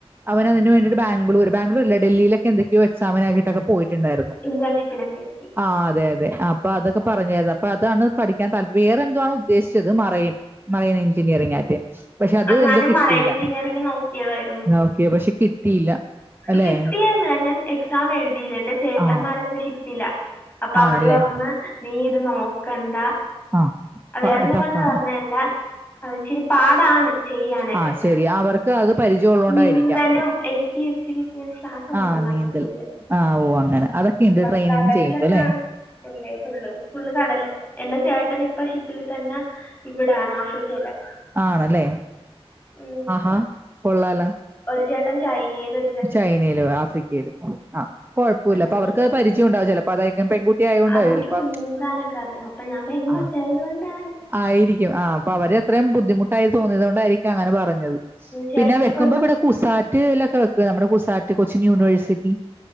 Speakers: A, on the right; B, on the left.
A: അവൻ അതിന് വേണ്ടിട്ട് ബാങ്ക- ബാഗ്ലൂര് ബാഗ്ലൂരല്ല ഡൽഹിയിലൊക്കെ എന്തൊക്കെയ എക്സാമിനാക്കിട്ടൊക്കെ പോയിട്ടുണ്ടായിരുന്നു
B: ഇന്റേൺഷിപ്പിനൊക്കെയായിരിക്കും
A: ആ അതെ അതെ അപ്പൊ അതൊക്കെ പറഞ്ഞേരുന്നു അപ്പൊ അതാണ് പഠിക്കാൻ താല് വെറെ എന്തുവാണ് ഉദ്ദേശിച്ചത് മറയിൻ മറയിൻ എഞ്ചിനീയറിംഗ് ആട്ടെ പക്ഷെ അത്
B: ആ ഞാനും
A: എന്തോ കിട്ടിയില്ല
B: മറൈൻ എഞ്ചിനീയറിംഗ് നോക്കിയതായിരുന്നു.
A: ഓക്കെ പക്ഷെ കിട്ടിയില്ല അല്ലെ
B: കിട്ടിയതാ ഞാൻ എക്സാം എഴുതിയില്ല എൻെറ ചേട്ടന്മാരൊക്കെ
A: ആ
B: ഷിപ്പിലാ അപ്പൊ അവര്
A: ആണല്ലേ
B: പറഞ്ഞ് നീ ഇത് നോക്കണ്ട
A: ആ
B: അത് വേറൊന്നും
A: ടഫാണ്
B: കൊണ്ട് പറഞ്ഞല്ല അത്ച്ചിരി പാടാണ് ചെയ്യാനായിട്ടൊക്കെ
A: ആ ശരി അവർക്ക് അത് പരിചയം ഉള്ളോണ്ടായിരിക്കാം
B: നീന്തലും എനിക്ക് ഇച്ചിരി ഇങ്ങനെ ശ്വാസം മുട്ടും
A: ആ
B: തണുപ്പ്
A: നീന്തൽ
B: കൂടിയ.
A: ആ ഓ അങ്ങനെ അതൊക്കെ ഇണ്ട്
B: അപ്പൊ
A: ട്രെയിനിങ്
B: കടലിലൊക്കെ
A: ചെയ്യുമ്പോല്ലെ
B: അല്ലേ ഫുള്ള് ഫുള്ള് കടൽലാ എന്റെ ചേട്ടൻ ഇപ്പ ഷിപ്പിൽ തന്നെ ഇവിടെണ് ആഫ്രിക്കയിലാ
A: ആണല്ലേ
B: ഉം.
A: ആഹാ കൊള്ളാല
B: ഒരു ചേട്ടൻ ചൈനേലും
A: ചൈനയിലും ആഫ്രിക്കയിലും ആ കൊഴപ്പല്ല
B: അങ്ങനെയൊക്കെയായിട്ട്
A: അപ്പൊ അവർക്ക്
B: നടക്കും
A: പരിചയം ഉണ്ടാവ ചിലപ്പോ അതായിരിക്കും പെൺകുട്ടി ആയോണ്ട്
B: അവർക്ക്
A: ചിലപ്പോ
B: നീന്താനൊക്കെ അറിയാം അപ്പൊ ഞാൻ പെൺ കൊച്ചായത്
A: ആ
B: കൊണ്ടാണ്
A: ആയിരിക്കും ആ അപ്പൊ അവര് എത്രയും ബുദ്ധിമുട്ടായി തോന്നിയത് കൊണ്ടായിരിക്കും അങ്ങനെ പറഞ്ഞത്
B: ചേട്ടനൊക്കെ
A: പിന്നെ വെക്കുമ്പോ
B: ഒരു
A: ഇവിടെ കുസാറ്റ്ലൊക്കെ വെക്കും നമ്മുടെ കുസാറ്റ് കൊച്ചിൻ യൂണിവേഴ്സിറ്റി